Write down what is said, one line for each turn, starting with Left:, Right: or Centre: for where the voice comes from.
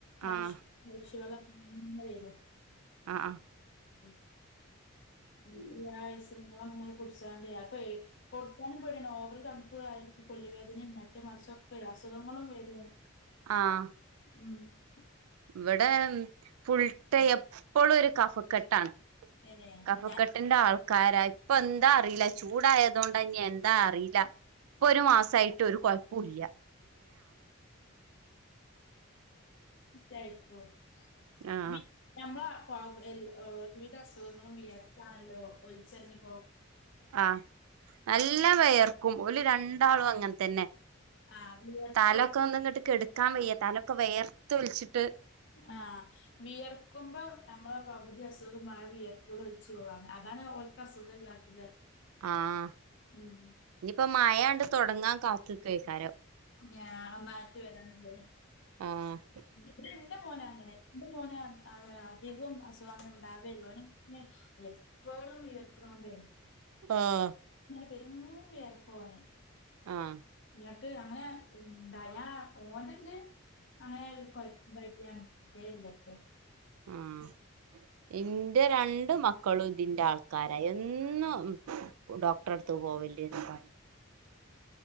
Right: ആഹ്
Left: ഐഷ് ഐഷു വെള്ളം <unintelligible> വരും
Right: ആഹ് ആഹ്
Left: ഉം <unintelligible> <unintelligible> അങ്ങനെ കുടിച്ചാലെ അപ്പൊ കൊടുത്താനും പേടിയാണ് ഓവർ തണുപ്പ് ആയിരിക്കും കൊല്ലുവേദനിം മറ്റേ മറിച്ചൊക്കെ അസുഖങ്ങളും വരും
Right: ആഹ്
Left: മ്മ് <inaudible>
Right: ഇവിടെ ഫുൾ ട്ടൈ എപ്പോഴും ഒരു കഫ ക്കെട്ടാണ്
Left: ഏഹ്
Right: കഫക്കെട്ടിന്റെ
Left: ഞാൻ
Right: ആൾക്കാരാ ഇപ്പ എ ന്താ അറിയില്ല ചൂടായതോണ്ടന്ന്യൻ ന്താ അറിയില്ല ഇപ്പൊ ഒരു മാസ സായിട്ടൊരു കൊയപ്പോ ഇല്ല്യ
Left: <unintelligible> ട്ടും
Right: ആഹ്
Left: വി നമ്മ കാ <unintelligible> ഏ ഏത് അസുഖങ്ങളും വിയർത്താണല്ലോ ഒലിച്ചറങ്ങി
Right: ആ നല്ല വെയർക്കും ഓല് രണ്ടാളും അങ്ങന തന്നെ
Left: ആ വിയർപ്പില്
Right: താലൊക്കെ ഒന്നങ്ങിട്ട് കെട ക്കാൻ വയ്യ തലൊക്കെ വെയർത്ത് ഒലിച്ചിട്ട്
Left: ആഹ് വിയർക്കുമ്പോ നമ്മള പകുതി അസുഖുംമാ വിയർപ്പിലൂടെ ഒലിച്ചു പോകും അ അതാണ് ഓല് ക്കാ സുഖല്ലാത്തത്
Right: ആഹ്
Left: ഉം
Right: ഇനിയിപ്പോ മഴാണ്ട് തുടങ്ങാൻ കാത്ത്ക്കേക്കാരം
Left: ഞാ നാട്ടി വരാനല്ലേ
Right: ആഹ്
Left: ന്റെ മോനങ്ങനാ യോന് അ ആ അധികം അസുഖം അങ്ങനെ ഉണ്ടാവെല്ലോന് എപ്പോഴും വിയർക്കൊണോണ്ടേ
Right: ആഹ്
Left: പെരിങ്ങൂം വിയർപ്പോനെ
Right: ആഹ്
Left: ഞട്ട് അങ്ങനെ ഉം ണ്ടായ ഓൻ്റെതില് അങ്ങനെ കൊയപ്പം <unintelligible>
Right: ആഹ് ഇന്റെ രണ്ട് മക്കളും ഇതിന്റെ ആൾക്കാ ണ്ടായാ എന്നും ഉം ഡോക്ടറെടുത്ത് പോവലന്നെ പണി